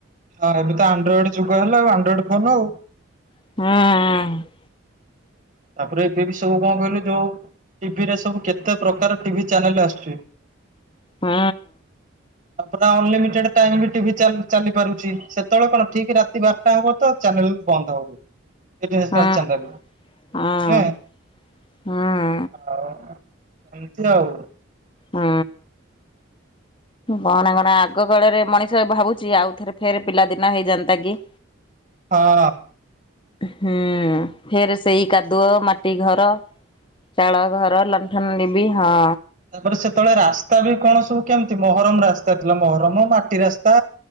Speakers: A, on the right (about 40°); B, on the left (about 25°).
A: ହଁ ଏବେ ତ ଆଣ୍ଡ୍ରଏଡ ଯୁଗ ହେଲା ଆଉ ଆଣ୍ଡ୍ରଏଡ ଫୋନ ଆଉ
B: ହୁଁ।
A: ତାପରେ ଏବେ ବି ସବୁ କଣ କହିଲୁ ଯୋଉ ଟିଭି ରେ ସବୁ କେତେ ପ୍ରକାର ଟିଭି ଚ୍ୟାନେଲ ଆସୁଛି
B: ହୁଁ।
A: ତା ପୁରା ଅନଲିମିଟେଡ ଟାଇମ୍ ବି ଟିଭି ଚାଲି ପାରୁଛି ସେତେବେଳେ କଣ ଠିକ ରାତି ବା ରାଜା ହବ ତ ଚ୍ୟାନେଲ ବନ୍ଦ <unintelligible>
B: ହୁଁ
A: ଚାନେଲ
B: ହୁଁ
A: ନୁ
B: ହୁଁ
A: ଆଉ ଏମିତି ଆଉ।
B: ହୁଁ କହନା କହନା ଆଗ କାଳରେ ମଣିଷ ସେ ଭାବୁଛି ଆଉ ଥରେ ଫେର ପିଲା ଦିନ ହେଇଯାନ୍ତା କି।
A: ହଁ।
B: ହୁଁ ଫେରେ ସେଇ କାଦୁଅ ମାଟି ଘର ଚାଳ ଘର ଲଣ୍ଠନ ଡିବି ହଁ।
A: ତାପରେ ସେତେବେଳେ ରାସ୍ତା ବି କଣ ସବୁ କେମିତି ମହରମ ରାସ୍ତା ଥିଲା ମହରମ ମାଟି ରାସ୍ତା।